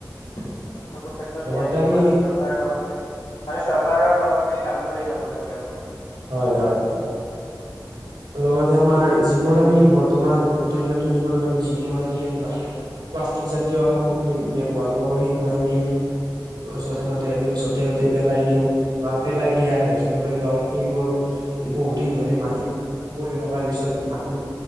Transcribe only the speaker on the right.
লগতে
আমি
হয়-হয় লগতে আমাৰ যিবোৰ আমি বৰ্তমান দৈনন্দিন জীৱনত আমি যিবোৰ আমি প্লাষ্টিক জাতীয় সামগ্ৰী ব্যৱহাৰ কৰো সেইবোৰ আমি যধ মধে আমি য'তে- পেলাই দিওঁ বা পেলাই দিয়া দেখিবলৈ পাও সেইবোৰ বহুত দিন ধৰি মাটিত- -পৰি থকাৰ পিছত মাটিত-